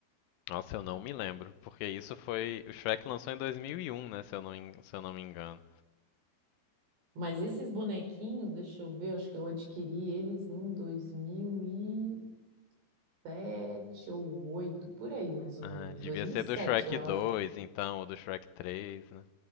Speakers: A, on the left; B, on the right.
A: Nossa, eu não me lembro, porque isso foi. O Shrek lançou em 2001, né? Se eu não, se eu não me engano.
B: Mas esses bonequinhos, deixa eu ver, acho que eu adquiri eles em 2000 e sete ou oito, por aí mais ou
A: Ah,
B: menos,
A: devia
B: 2007,
A: ser do Shrek
B: eu
A: 2,
B: acho.
A: então, ou do Shrek 3, né?